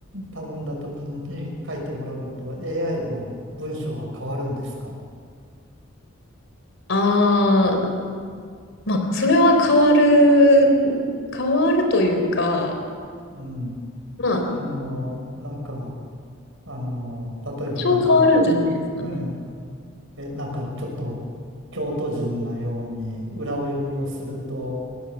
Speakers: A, on the right; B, on the left.
A: 頼んだ時に書いてもらうのと、AI の文章は変わるんですか
B: ああ、まあ、それは変わる、変わるというか、
A: うん。
B: まあ、
A: あの、なんか、あの、例えばなんか、
B: 多少変わるんじゃないですかね。
A: うんえ、なんかちょっと京都人のように裏を読みをすると、